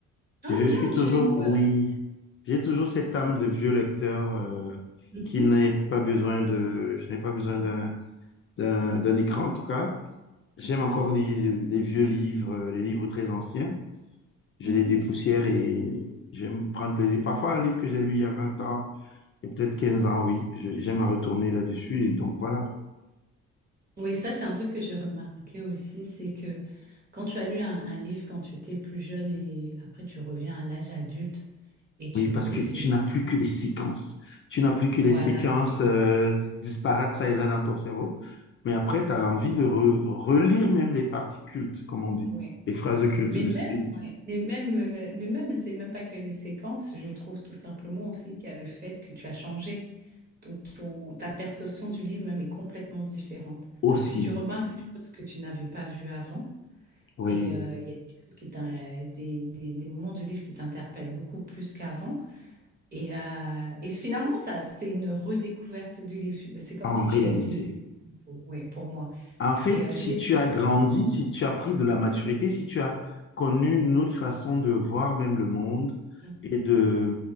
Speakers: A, on the right (about 30°); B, on the left (about 40°).
A: Ah,
B: Je
A: bien,
B: suis toujours,
A: tu lis quoi,
B: oui,
A: là?
B: j'ai toujours cette âme de vieux lecteur euh,
A: Mhm,
B: qui n'est pas besoin de, je n'ai pas besoin d'un d'un- d'un écran, en tout cas. J'aime encore
A: mhm,
B: les, les vieux livres, euh, les livres très anciens. Je
A: mhm.
B: les dépoussière et j'aime prendre plaisir. Parfois, un livre que j'ai lu il y a 20 ans et peut-être 15 ans, oui, je- j'aime à retourner là-dessus. Et donc, voilà.
A: Oui, ça, c'est un truc que j'ai remarqué aussi, c'est que quand tu as lu un, un livre quand tu étais plus jeune et après tu reviens à l'âge adulte et tu
B: Oui, parce
A: relis
B: que
A: ce
B: tu
A: livre,
B: n'as plus que les séquences. Tu n'as plus que
A: voilà.
B: les séquences euh, disparates, ça et là, dans ton cerveau. Mais après, tu as envie de re- relire même les parties cultes, comme on dit,
A: Ouais,
B: les phrases cultes
A: Mais
B: de ce
A: même,
B: livre.
A: ouais, mais même, euh, mais même, c'est même pas que les séquences, je trouve tout simplement aussi qu'il y a le fait que tu as changé. Donc, ton, ta perception du livre même est complètement différente
B: Aussi,
A: parce que tu remarques des choses que tu n'avais pas vues avant
B: oui,
A: et euh, il y a des choses qui t'in- des, des, des moments du livre qui t'interpellent beaucoup plus qu'avant. Et, euh, et finalement, ça, c'est une redécouverte du livre. C'est comme
B: en
A: si
B: réalité.
A: tu lisais le livre, ouais, pour moi.
B: En fait,
A: Et euh,
B: si
A: j'ai...
B: tu as grandi,
A: Ouais.
B: si tu as pris de la maturité, si tu as connu une autre façon de voir même le monde
A: Mm,
B: et de
A: mm,